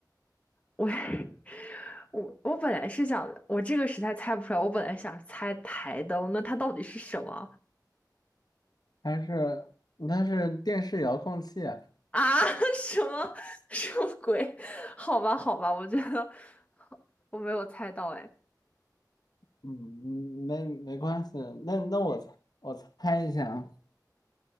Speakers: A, on the left; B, on the left.
A: 我 <laughs> 我我本来是想，我这个实在猜不出来。我本来想猜台灯，那它到底是什么
B: 它是它是电视遥控器啊。
A: 啊？<laughs> 什么什么鬼？好吧，好吧，我觉得我没有猜到。哎，
B: 嗯，没没关系。那那我猜我猜一下啊。